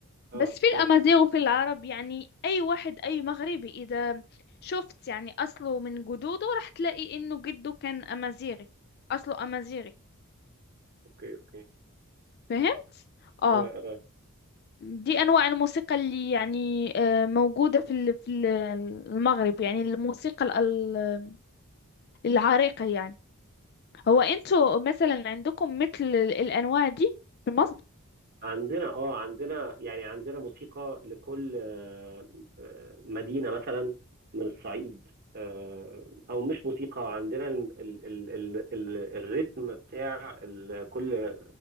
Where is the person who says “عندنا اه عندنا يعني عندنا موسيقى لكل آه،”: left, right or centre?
Right